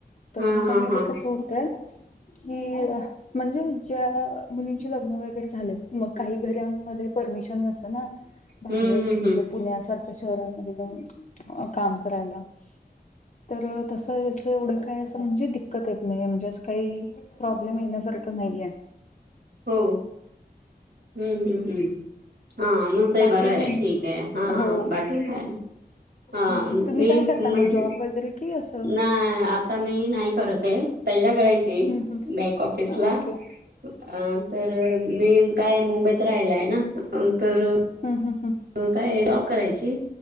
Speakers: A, on the left; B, on the right.
A: तर
B: हां
A: म
B: हां
A: त्यामध्ये
B: हां
A: कसं होतंय की म्हणजे ज्या मुलींची लग्न वगैरे झालेत म काही घरांमध्ये परमिशन नसतं ना बाहेर
B: हम्म हम्म
A: म्हणजे
B: हम्म
A: पुण्यासारख्या शहरांमध्ये जाऊन अं काम करायला. तर तसं याचं एवढं काय असं म्हणजे दिक्कत येत नाई म्हणजे असं काई प्रॉब्लेम येन्या सारखं नाईये.
B: हो हम्म हम्म हम्म. हा मग काय
A: बाकी
B: बरं आहे ठीक आहे. हा
A: हो
B: बाकी? काय नाही. हा
A: हम्म,
B: मी
A: तुम्ही काय
B: म्हणजे
A: करता मग जॉब वगैरे कि असं?
B: नाय आ आता मी नाही करत आहे. पहिला करायची
A: हम्म हम्म
B: बॅक ऑफिसला.
A: ओके
B: हा तर मी काय मुंबईत राहिला हाय ना. तर
A: हम्म हम्म हम्म.
B: काय जॉब करायची